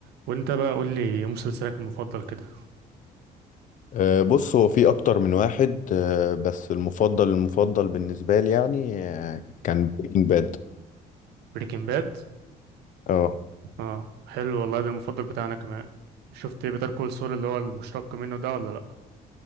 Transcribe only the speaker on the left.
أه، بص هو في اكتر من واحد أه، بس المفضل المفضل بالنسبه لي يعني أه، كان بريكنج باد
اه